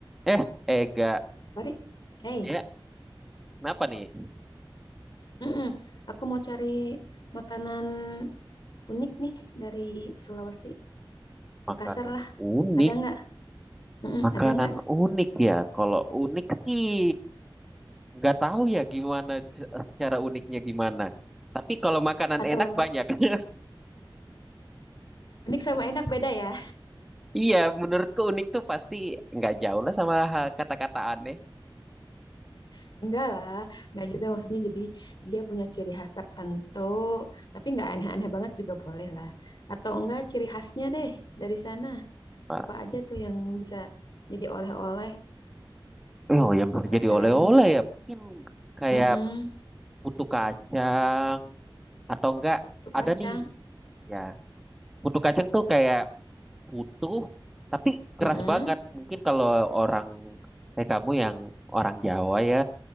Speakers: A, in the centre; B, on the left.
A: Eh, Ega,
B: Mari. Hey,
A: ya, kenapa nih?
B: mm-mm. Aku mau cari makanan unik nih dari Sulawesi. Makassar
A: Makanan
B: lah,
A: unik,
B: ada nggak? Mm-mm,
A: makanan
B: ada nggak?
A: unik ya. Kalau unik sih, nggak tahu ya gimana c- secara uniknya gimana. Tapi kalau makanan
B: Atau
A: enak banyak. <laughs>
B: unik sama enak beda ya?
A: Iya, menurutku unik tuh pasti nggak jauh lah sama ha- kata-kata aneh.
B: <laughs> Enggak lah, nggak juga maksudnya jadi dia punya ciri khas tertentu, tapi nggak aneh-aneh banget juga boleh lah. Atau enggak ciri khasnya deh dari sana.
A: Pak,
B: Apa aja tuh yang bisa jadi oleh-oleh
A: oh yang
B: buat
A: bisa
B: referensi?
A: jadi oleh-oleh ya, mungkin kayak
B: Mm-mm.
A: putu kacang atau enggak
B: Tuh
A: ada
B: kacang.
A: nih. Ya, putu kacang tuh kayak utuh tapi keras
B: Mm-mm.
A: banget. Mungkin kalau orang kayak kamu yang orang Jawa ya,